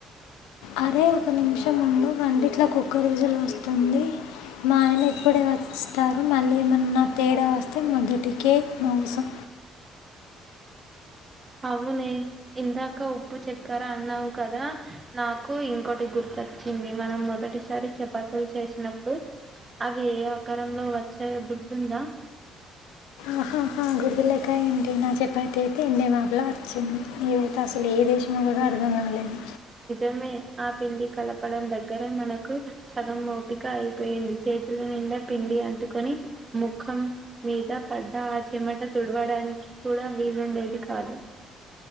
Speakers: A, on the left; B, on the right.
A: అరే ఒక నిమిషం ఉండు వంటిట్లో కుక్కర్ విజులు వస్తుంది మా ఆయన ఇప్పుడే వస్తారు మళ్ళీ ఏమన్న తేడా వస్తే మొదటికే మోసం
B: అవునే ఇందాక ఉప్పు చెక్కర అన్నావు కదా నాకు ఇంకోటి గుర్ వచ్చింది మనం మొదటిసారి చపాతీల్ చేసినప్పుడు అవి ఏ ఆకారంలో వచ్చాయో గుర్తుందా
A: ఆహా హ గుర్తులేక ఏంటి నా చెపాతి ఐతే ఇండియా మ్యాప్ ల వచ్చింది ఇవైతే అసలు ఏ దేశంమో కూడా అర్థం కాలేదు
B: <unintelligible> ఆ పిండి కలపడం దగ్గర మనకు సగం ఒపిక అయిపోయింది చేతుల పిండి అంటుకొని ముఖం మీద పడ్డ ఆ చమట తుడవడానికి కూడా వీలుండేది కాదు